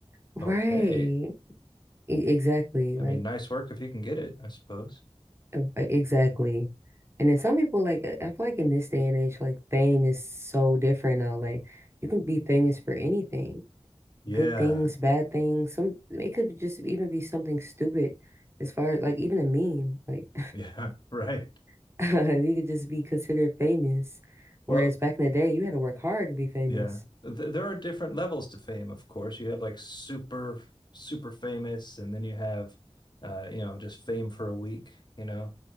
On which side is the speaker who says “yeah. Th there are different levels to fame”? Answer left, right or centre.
Left